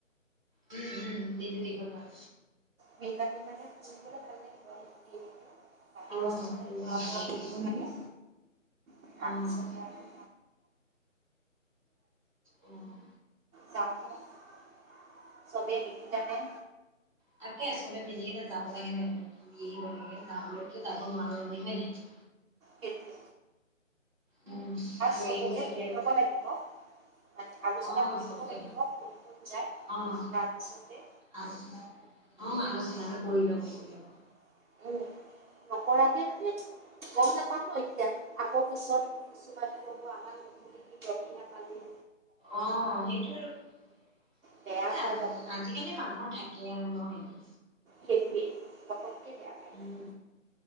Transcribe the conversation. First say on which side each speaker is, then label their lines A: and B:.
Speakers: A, on the right; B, on the right.
A: উম্, উম্, দিনতো দীঘল বাৰু।
B: কেই কাটি মানে ফুৰিবলৈ ভাল লাগিব আৰু ক্লিনিকটো।
A: অ',
B: <unintelligible> মানে
A: ফুৰিবলে
B: খোৱা
A: ভাল
B: বোৱা
A: লাগিব।
B: কৰিব লাগে, তাৰপিছতে
A: অ',
B: আৰু
A: অ'।
B: তোমাৰ <unintelligible> চবেই নিকিকানে?
A: তাকে চবে মিলি কিনে যাব লাগে নহয়, ঘূৰি আহিব লাগে, যাবলৈতো যাব নোৱাৰো বুলি হয় নাই?
B: কেতি।
A: উম, গৈ
B: চবকে
A: আহিব লাগে
B: সুধি
A: আৰু।
B: লব লাগিব, মানে আলোচনা
A: অ',
B: কৰি
A: চবকে
B: ল'ব লাগিব। যায় ৰাপছতে
A: অ', অ', আলোচনাটো
B: <unintelligible>
A: কৰি ল'ব কৰি ল'ব
B: উম, নকৰাকে মানে গম নাপাওঁ ন এতিয়া আকৌ পিছত কিছুমানে ক'ব আমাক নকলি গমেই নাপালে
A: অ' সেইটো আৰু,
B: বেয়া পাই যাব ন
A: আজিকালি মানুহৰ ঠাই তাকে আৰু নহয় দি।
B: সেইটোৱে বেয়া পাই
A: উম,
B: যায়